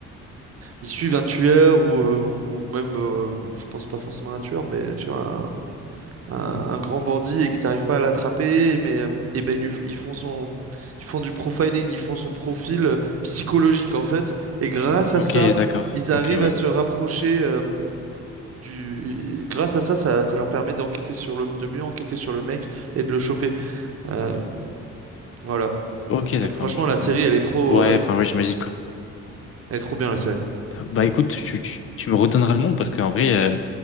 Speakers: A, on the right; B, on the left.
A: ils suivent un tueur ou, euh, ou même, euh, je pense pas forcément un tueur, mais tu vois, un, un
B: Hmm.
A: grand bandit et qu'ils n'arrivent pas à l'attraper, mais euh, eh ben, ils, lui f- ils font son, ils font du profiling, ils font son profil euh, psychologique en fait, et grâce
B: Ok,
A: à ça,
B: d'accord.
A: ils arrivent
B: Ok, ouais.
A: à se rapprocher euh, du. Grâce à ça, ça, ça leur permet d'enquêter sur le, de mieux enquêter sur le mec et de le choper. Euh, voilà.
B: Ok, d'accord,
A: Franchement,
B: ouais, je
A: la
B: comprends
A: série,
B: mieux.
A: elle est trop,
B: Ouais,
A: elle
B: enfin,
A: est
B: ouais, j'imagine quoi.
A: elle est trop bien la série.
B: Bah écoute, tu, tu, tu me redonneras le nom parce qu'en vrai, euh,